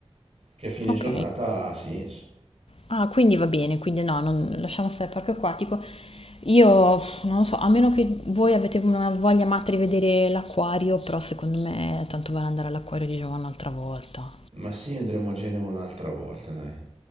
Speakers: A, on the right; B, on the left.
A: che a fine
B: Ok.
A: giornata ha senso.
B: Ah, quindi va bene, quindi no, non- lasciamo stare il parco acquatico. Io pff, non lo so, a meno che voi avete una voglia matta di vedere l'acquario, però secondo me tanto vale andare all'acquario di Giovanna un'altra volta.
A: Ma sì, andremo a Genova un'altra volta, dai.